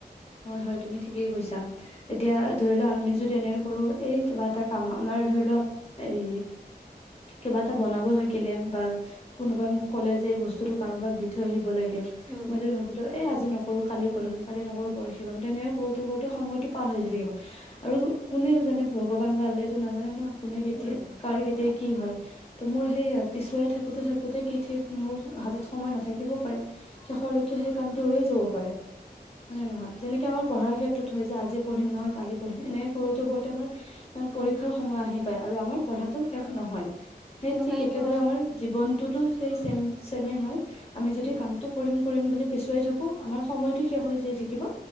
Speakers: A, on the left; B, in the centre.
A: হয় হয় তুমি ঠিকেই কৈছাম এতিয়া ধৰি ল আমি যদি এনেে কৰো এই কিবা এটা কাম আমাৰ ধৰিল এই কিবা এটা বনাব থাকিলে বা কোনোবাই মোক ক'লে যে এই বস্তুতটো কাৰোবাক দি থৈ আহিব লাগে
B: উম
A: মই যদি ভাবিলো এই আজি নকৰো কালি কৰিম কালি নকৰ পৰশি লম তেনেও কৰোতে কৰোতে সময়তটো পাৰ হৈ যায় থিব আৰু কোনে যোননে ভগৱান বা ভাল তো নাজানে ন কোনে কেতিয়া
B: উম
A: কাৰ কেতিয়া কি হয় ত মোৰ সেই পিছুৱাই থাকোতে থাকোতে কি ঠিক মোৰ হাতত সময় নাথাকিবও পাৰে শষলৈকে সেই কামটো ৰৈ যাব পাৰে মানে নহয় যেনেকে আমাৰ পঢ়াৰ ক্ষেত্ৰত হয় যে আজি পঢ়িম নহয় কালি পঢ়িম এনে কৰোতে
B: উম
A: কৰোতে আমাৰ পৰীক্ষাৰ সময় আহি পায় আৰু আমাৰ পঢ়াতটো শেষ নহয় সেই
B: তেনেকুৱাইতো
A: ঠিক একেদৰে আমাৰ জীৱনটোতো সেই চেম চেমে হয় আমি যদি
B: উম
A: কামটো কৰিম কৰিম বুলি পিছুৱাই থাকো আমাৰ সময়তো শেষ হৈ থাকিব